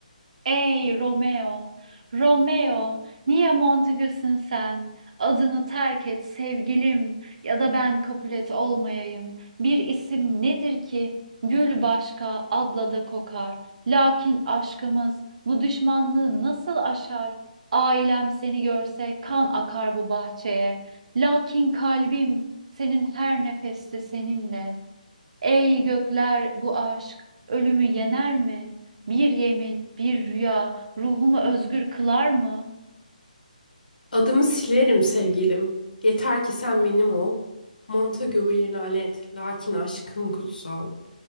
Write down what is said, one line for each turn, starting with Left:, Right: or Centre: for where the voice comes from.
Right: Ey Romeo, Romeo, niye Montegüs'ün sen? Adını terk et sevgilim ya da ben Capulet olmayayım. Bir isim nedir ki? Gül başka, adla da kokar. Lakin aşkımız bu düşmanlığı nasıl aşar? Ailem seni görse kan akar bu bahçeye. Lakin kalbim senin her nefeste seninle. Ey gökler bu aşk ölümü yener mi? Bir yemin, bir rüya ruhumu özgür kılar mı?
Left: Adımı silerim sevgilim, yeter ki sen benim ol. Montague bir lanet, lakin aşkım kutsal.